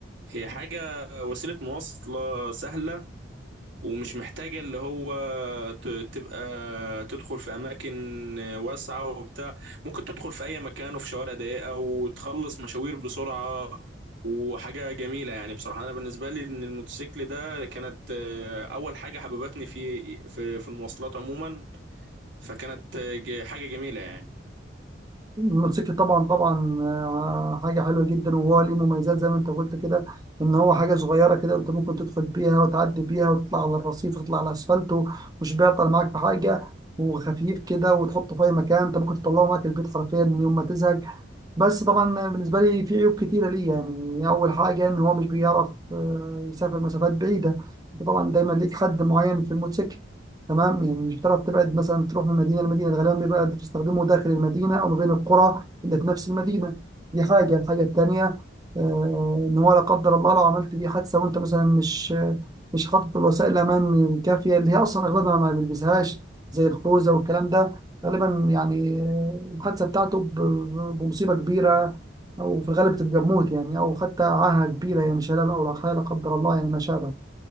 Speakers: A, on the right; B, on the right.
A: هي حاجه وسيله مواصله سهله ومش محتاجه اللي هو ت- تبقى تدخل في اماكن واسعه وبتاع ممكن تدخل في اي مكان وفي شوارع ضيقه وتخلص مشاوير بسرعه وحاجه جميله يعني بصراحه انا بالنسبه لي ان الموتوسيكل ده كانت آه، اول حاجه حببتني في في في المواصلات عموما فكانت آه، ج- حاجه جميله يعني
B: الموتوسيكل طبعا طبعا آه، حاجة حلوة جدا وهو ليه مميزات زي ما انت قلت كده ان هو حاجة صغيرة كده انت ممكن تدخل بيها وتعدي بيها وتطلع على الرصيف وتطلع على الاسفلت و- ومش بيعطل معاك في حاجة وخفيف كده وتحطه في اي مكان انت ممكن تطلعه معاك البيت حرفيا يوم ما تزهق بس طبعا بالنسبة لي في عيوب كتيرة ليه يعني أول حاجة إن هو مش بيعرف آه، يسافر مسافات بعيدة أنت طبعا دايما ليك حد معين في الموتوسيكل تمام يعني مش بتعرف تبعد مثلا تروح من مدينة لمدينة غالبا بيبقى بتستخدمه داخل المدينة أو ما بين القرى اللي في نفس المدينة دي حاجة الحاجة التانية آه، إن هو لا قدر الله لو عملت بيه حادثة وأنت مثلا مش مش حاطط الوسائل الأمان الكافية اللي هي أصلا أغلبها ما بيلبسهاش زي الخوذة والكلام ده غالبا يعني الحادثة بتاعته ب- ب- بمصيبة كبيرة أو في الغالب بتبقى بموت يعني أو حتى عاهة كبيرة يعني شلال أو لا قدر لا قدر الله يعني ما شابه